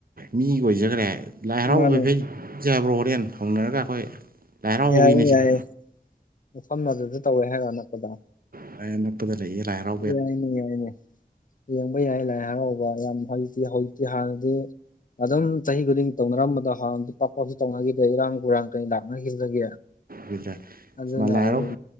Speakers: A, on the right (about 60°); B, on the left (about 55°).
A: ꯃꯤ ꯑꯣꯏꯖꯈ꯭ꯔꯦ ꯂꯥꯏ ꯍꯔꯥꯎꯕ
B: ꯃꯥꯅꯤ
A: ꯐꯩ ꯆꯠꯁꯦ ꯍꯥꯏꯕꯔꯣ ꯍꯣꯔꯦꯟ ꯍꯧꯅꯔꯒ ꯑꯩꯈꯣꯏ ꯂꯥꯏ ꯍꯔꯥꯎ ꯍꯧꯋꯤꯅꯦ
B: ꯌꯥꯏꯌꯦ
A: ꯁꯤꯗ
B: ꯌꯥꯏꯌꯦꯦ ꯃꯐꯝ ꯑꯗꯨꯗ ꯇꯧꯋꯦ ꯍꯥꯏꯔ ꯑꯅꯛꯄꯗ
A: <unintelligible> <unintelligible>
B: ꯌꯥꯏꯅꯦ ꯌꯥꯏꯅꯦ ꯌꯦꯡꯕ ꯌꯥꯏ ꯂꯥꯏ ꯍꯔꯥꯎꯕ ꯌꯥꯝ ꯍꯧꯩꯖꯤꯛꯇꯤ ꯍꯧꯖꯤꯛꯇꯤ ꯍꯥꯟꯅꯗꯤ ꯑꯗꯨꯝ ꯆꯍꯤ ꯈꯨꯗꯤꯡꯒꯤ ꯇꯧꯅꯔꯝꯕꯗꯣ ꯍ ꯄꯥꯛꯄꯁꯨ ꯇꯧꯅꯈꯤꯗ꯭ꯔꯦ ꯏꯔꯥꯡ ꯍꯨꯔꯥꯡ ꯂꯥꯛꯅ ꯈꯤꯕꯗꯒꯤ
A: ꯂꯣꯏꯗ꯭ꯔꯦ
B: ꯑꯗꯨꯅ
A: ꯂꯥꯏ
B: ꯑꯃꯨꯛ
A: ꯍꯔꯥꯎ